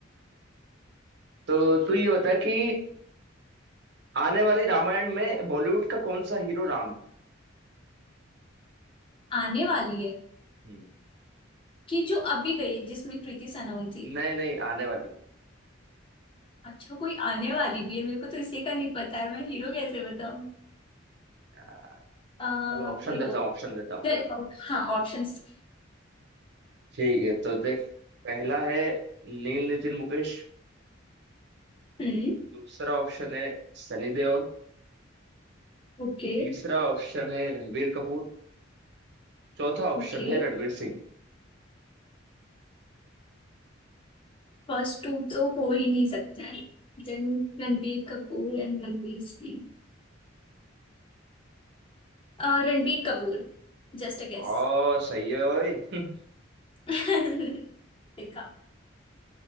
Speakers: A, on the right; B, on the left.
A: तो तू ये बता कि आने वाली रामायण में बॉलीवुड का कौन सा हीरो राम
B: <laughs> आने वाली है
A: है?
B: कि जो अभी गई है जिसमें कृति सनोन थी
A: नहीं नहीं आने वाली
B: अच्छा कोई आने वाली भी है मेरे को तो इसी का नहीं पता है मैं हीरो कैसे बताऊं
A: हाँ,
B: आ,
A: चलो ऑप्शन
B: रुको
A: देता हूँ ऑप्शन देता हूँ
B: द- हाँ ऑप्शंस
A: ठीक है तो देख पहला है नील नितिन मुकेश
B: हम्म
A: दूसरा ऑप्शन है सनी देओल
B: ओके
A: तीसरा ऑप्शन है रणबीर कपूर चौथा ऑप्शन
B: ओके
A: है रणवीर सिंह
B: फर्स्ट टू तो हो ही नहीं सकते Then Ranbir Kapoor and Ranveer Singh अ, रणबीर कपूर जस्ट अ
A: ओ
B: गेस
A: सही है ओए <laughs>
B: <laughs> देखा